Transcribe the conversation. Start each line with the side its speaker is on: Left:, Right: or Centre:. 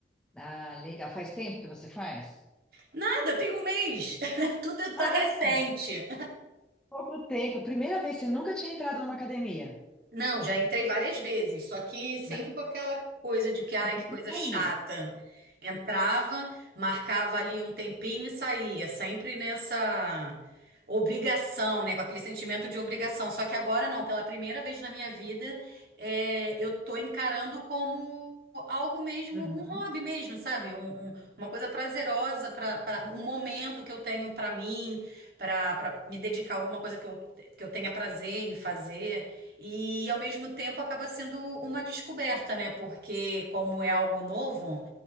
Centre: Ah, legal. Faz tempo que você faz?
Right: Nada, tem um mês. <laughs> Tudo tá
Centre: Ah,
Right: recente.
Centre: pouco tempo. Primeira vez, você nunca tinha entrado numa academia.
Right: Não, já entrei várias vezes, só que sempre
Centre: Mas
Right: com aquela coisa de que, ai, que
Centre: sempre
Right: coisa
Centre: saía.
Right: chata. Entrava, marcava ali um tempinho e saía, sempre nessa obrigação, né? Com aquele sentimento de obrigação. Só que agora não, pela primeira vez na minha vida, é, eu tô encarando como algo mesmo,
Centre: Aham.
Right: um hobby mesmo, sabe? Um- um- uma coisa prazerosa, pra, pra- um momento que eu tenho pra mim, pra pra me dedicar a alguma coisa que eu, que eu tenha prazer em fazer. E ao mesmo tempo acaba sendo uma descoberta, né? Porque como é algo novo,